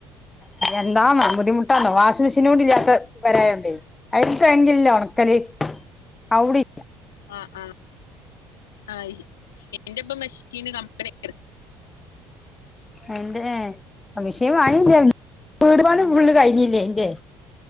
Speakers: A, on the left (about 20°); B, on the left (about 80°).
A: എന്താ <unintelligible> ബുദ്ധിമുട്ടാന്നോ വാഷിംങ്‌ മെഷീനൂടി ല്ലാത്ത പെരായോണ്ടേ അയിൽ <unintelligible> ന്നില്ല ഒൺക്കല് ഔടി
B: ആഹ് ആ അയ് ന്റെപ്പ മെഷകിന് കമ്പനി <unintelligible>
A: അയ്ന്റെ ഏഹ് മിഷേൻ വാങ്ങിമ് ചെ. വീട് പണി ഫുള്ള് കഴിഞ്ഞില്ലേ എന്റെ.